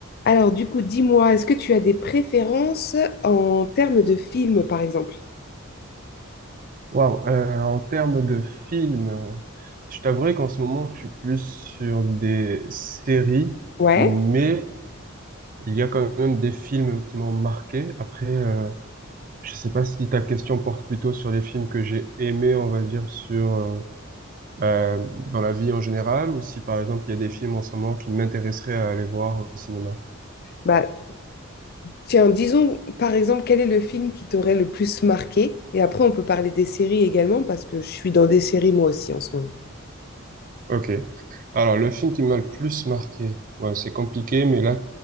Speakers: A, on the left (about 45°); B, on the right (about 40°).
A: Alors, du coup, dis-moi, est-ce que tu as des préférences en termes de films, par exemple?
B: Wow. Euh, en termes de films, euh, je t'avouerai qu'en ce moment, je suis plus sur des séries,
A: Ouais.
B: mais il y a quand même des films qui m'ont marqué. Après, euh, je sais pas si ta question porte plutôt sur les films que j'ai aimés, on va dire, sur euh, bah, dans la vie en général, ou si par exemple il y a des films en ce moment qui m'intéresseraient à aller voir au cinéma.
A: Bah, tiens, disons, par exemple, quel est le film qui t'aurait le plus marqué? Et après, on peut parler des séries également, parce que je suis dans des séries moi aussi en ce moment.
B: Ok. Alors, le film qui m'a le plus marqué, ouais, c'est compliqué, mais là,